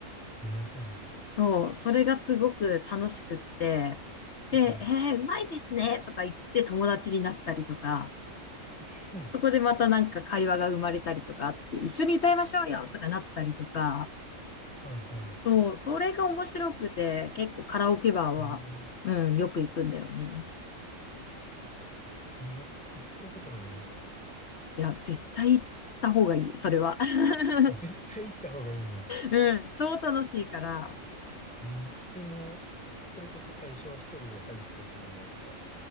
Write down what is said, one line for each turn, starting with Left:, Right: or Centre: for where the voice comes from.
Centre: へえ、そうなんや。
Left: そう、それがすごく楽しくって、で、
Centre: うん。
Left: えー、うまいですねとか言って友達になったりとか、
Centre: <laughs>
Left: そこでまたなんか会話が生まれたりとかあって、一緒に歌いましょうよとかなったりとか、
Centre: はいはい。
Left: そう、それが面白くて、結構カラオケバーは、
Centre: うん
Left: うん、よく行くんだよね。
Centre: えそう。え、ま、行ったことないな。
Left: いや、絶対行った方がいい、それは。<laughs>
Centre: あ絶対行った方がいいんや。
Left: うん、超楽しいから。
Centre: えー、え、もう、それこそ最初は一人で入ってって感じなんですか